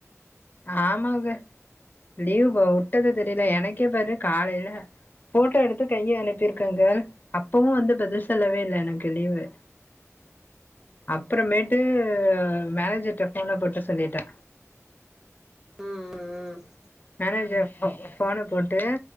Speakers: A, on the left (about 35°); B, in the centre.
A: ஆமாங்க லீவு போ உட்டது தெரில எனக்கே பாரு காலைல போட்டோ எடுத்து கைய அனுப்பிருக்கங்க அப்பவு வந்து பதில் சொல்லவே இல்ல எனக்கு லீவு அப்புறமேட்டு மேனேஜர்ட்ட ஃபோன போட்டு சொல்லிட்டே
B: அ அ அ
A: மேனேஜர் ஃபோனு போட்டு